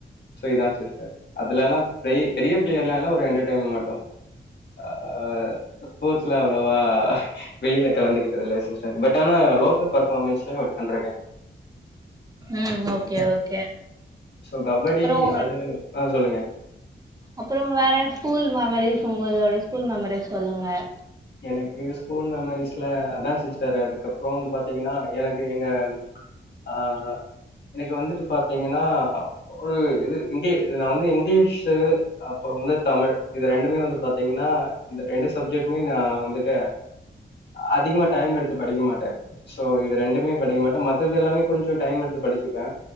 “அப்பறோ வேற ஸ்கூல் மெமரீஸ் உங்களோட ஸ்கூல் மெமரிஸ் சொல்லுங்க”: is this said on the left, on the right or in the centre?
Right